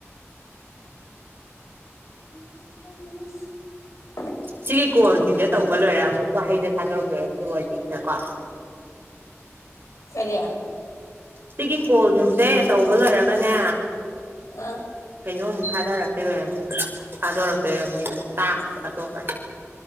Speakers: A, on the left; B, on the right.
A: <unintelligible>
B: ꯁꯤꯒꯤ ꯀꯣꯜꯁꯤꯡꯁꯦ ꯇꯧꯕ ꯂꯣꯏꯔꯦ ꯑꯃꯨꯛ ꯋꯥꯍꯩꯗ ꯊꯥꯗꯣꯔꯛꯇꯣꯏꯔꯝꯅꯦ ꯋꯥꯔꯗꯤꯛꯗ ꯀꯣ
A: ꯀꯔꯤ
B: ꯁꯤꯒꯤ ꯀꯣꯜꯁꯤꯡꯁꯦ ꯇꯧꯕ ꯂꯣꯏꯔꯒꯅꯦ
A: ꯑꯥ
B: ꯀꯩꯅꯣ ꯃꯨꯛ ꯊꯥꯗꯔꯛꯇꯣꯏ ꯑꯣꯏꯔꯝꯅꯤꯕ ꯊꯥꯗꯣꯔꯛꯇꯣꯏ ꯑꯣꯏꯔꯝꯅꯤꯕ ꯇꯥꯛꯁ ꯑꯇꯣꯞꯄ